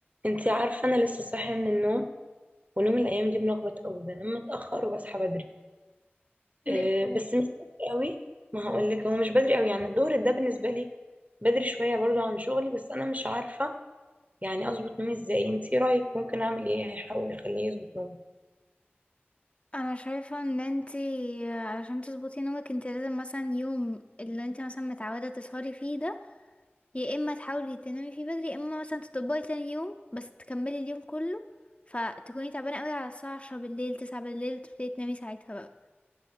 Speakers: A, on the right (about 40°); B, on the left (about 30°).
A: انتي عارفة انا لسه صاحية من النوم ونوم الايام دي ملخبط قوي بنام متأخر وبصحى بدري
B: ليه
A: أه
B: كده
A: بس مش بدري قوي ما هقولك هو مش بدري قوي يعني الظهر ده بالنسبة لي بدري شوية برضو عن شغلي بس انا مش عارفة يعني اظبط نومي ازاي انتي رايك ممكن اعمل ايه هيحاول يخليه يظبط نومي
B: انا شايفه ان انتي علشان تظبطي نومك انتي لازم مثلا يوم اللي انتي مثلا متعوده تسهري فيه ده يا اما تحاولي تنامي فيه بدري يا اما مثلا تطبقي تاني يوم بس تكملي اليوم كله فتكوني تعبانه قوي على الساعه 10 بالليل 9 بالليل تبتدي تنامي ساعتها بقى